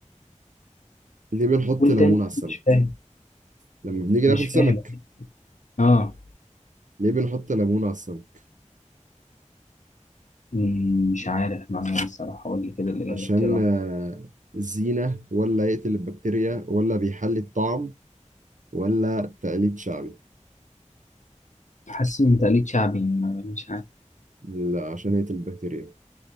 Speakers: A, on the right; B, on the left.
A: ليه بنحط
B: قول
A: ليمون
B: تاني
A: على السمك
B: مش فاهم
A: لما بنيجي ناكل
B: مش فاهم
A: سمك
B: آه
A: ليه بنحط ليمون على السمك
B: مم، مش عارف معلومة الصراحة قول لي كده اللي
A: عشان
B: الاختيارات
A: آه، زينة ولا يقتل البكتيريا ولا بيحلي الطعم ولا تقليد شعبي
B: حاسس إن تقليد شعبي ما- مش عارف
A: لا عشان يقتل البكتيريا